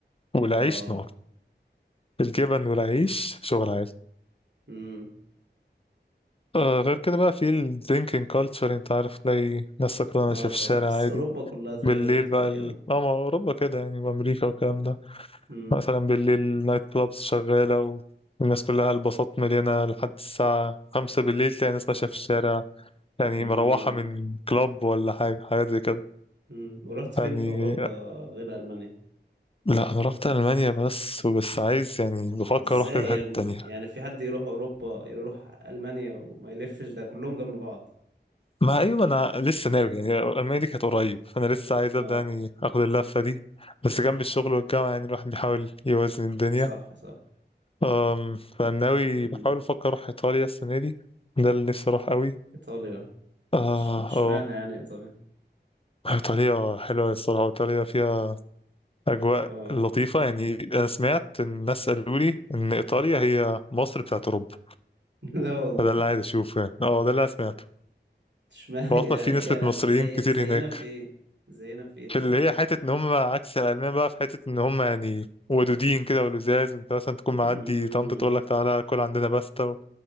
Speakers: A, on the left; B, on the right.
A: والعيش
B: اه
A: نار الجبن والعيش شغل عالي
B: امم
A: آه غير كده بقى في الدرينكينج كالتشر أنت عارف تلاقي ناس سكرانة
B: اه
A: ماشية في
B: طبعا
A: الشارع
B: بس
A: عادي
B: اوروبا كلها تقريبا
A: بالليل
B: بتبقى
A: بقى
B: كده
A: ال... اه ما هو أوروبا كده يعني وأمريكا والكلام ده
B: امم
A: مثلا بالليل نايت كلابس شغالة والناس كلها الباصات مليانة لحد الساعة خمسة بالليل تلاقي ناس ماشية في الشارع يعني
B: امم
A: مروحة من كلاب ولا حاجة حاجات زي كده
B: امم ورحت فين
A: يعني
B: في اوروبا غير المانيا
A: لا أنا رحت ألمانيا بس وبس عايز يعني بفكر
B: ازاي
A: أروح كذا حتة
B: يا ابني
A: تانية
B: يعني في حد يروح اوروبا يروح المانيا وما يلفش ده كلهم جنب بعض
A: ما أيوة أنا لسه ناوي يعني ألمانيا دي كانت قريب فأنا لسه عايز
B: اه
A: أبدأ يعني آخد اللفة دي بس جنب الشغل والجامعة يعني الواحد بيحاول يوازن الدنيا
B: صح صح
A: أم فناوي
B: امم
A: بحاول أفكر أروح إيطاليا السنة دي ده اللي نفسي أروح قوي
B: ايطاليا
A: آه
B: إش- اشمعنى
A: آه
B: يعني ايطاليا
A: طريقة حلوة الصراحة وطريقة فيها أجواء
B: اه
A: لطيفة يعني أنا سمعت إن الناس قالوا لي إن إيطاليا هي مصر بتاعت أوروبا
B: <laughs> لا والله
A: فده اللي عايز أشوفه يعني أه ده اللي أنا سمعته
B: اشمعنى
A: وأصلا
B: يعني
A: في نسبة مصريين
B: زي
A: كتير
B: زينا
A: هناك
B: في ايه زينا في ايه
A: في
B: طيب
A: اللي هي حتة إن هم عكس الألمان بقى في حتة إن هم يعني ودودين كده ولزاز أنت مثلا تكون معدي
B: امم
A: طنط تقول لك تعالى كل عندنا باستا و...